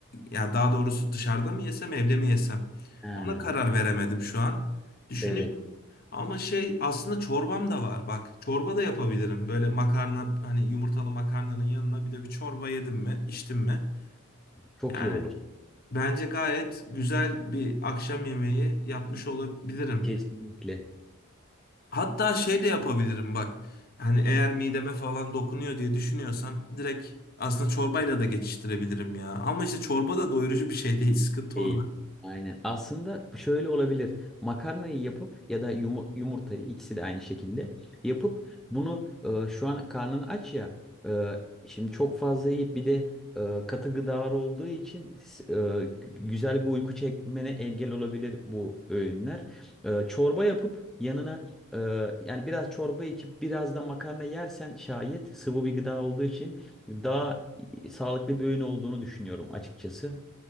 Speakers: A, on the left; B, in the centre.
A: ya daha doğrusu dışarıda mı yesem evde mi yesem?
B: ha,
A: Ona karar veremedim şu an. Düşünüyorum.
B: evet.
A: Ama şey aslında çorbam da var. Bak çorba da yapabilirim. Böyle makarna hani yumurtalı makarnanın yanına bir de bir çorba yedim mi içtim mi?
B: Çok
A: Yani
B: iyi olur.
A: bence gayet güzel bir akşam yemeği yapmış olabilirim.
B: Kesinlikle.
A: Hatta şey de yapabilirim bak. Hani eğer mideme falan dokunuyor diye düşünüyorsam direkt aslında çorbayla da geçiştirebilirim ya. Ama işte çorba da doyurucu bir şey değil. <laughs> Sıkıntı
B: Değil.
A: orada.
B: Aynen. Aslında şöyle olabilir. Makarnayı yapıp ya da yumu- yumurtayı ikisi de aynı şekilde yapıp bunu e, şu an karnın aç ya e, şimdi çok fazla yiyip bir de e, katı gıdalar olduğu için s- e, gü- güzel bir uyku çekmene engel olabilir bu öğünler. E, çorba yapıp yanına e, yani biraz çorba içip biraz da makarna yersen şayet sıvı bir gıda olduğu için daha sağlıklı bir öğün olduğunu düşünüyorum açıkçası.